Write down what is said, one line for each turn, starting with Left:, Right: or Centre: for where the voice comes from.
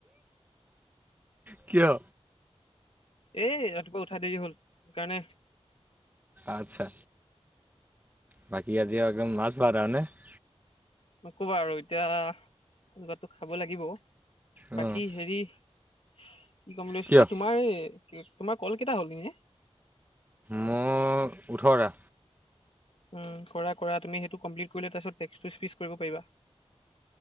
Right: কিয়?
Left: এই ৰাতিপুৱা উঠা দেৰি হ'ল সেইকাৰণে।
Right: আচ্ছা। বাকী আজি একদম মাছ <unintelligible>
Left: নকবা আৰু এতিয়া <unintelligible> খাব লাগিব।
Right: অঁ
Left: বাকী হেৰি কি কম বুলি ভাবিছিলো
Right: কিয়?
Left: অ' তোমাৰ এই তোমাৰ কল কেইটা হ'ল এনেই।
Right: মোক ওঠৰটা।
Left: উম কৰা-কৰা তুমি সেইটো কমপ্লিট কৰিলে তাৰপিছত টে্সটো স্পিচ কৰিব পাৰিবা।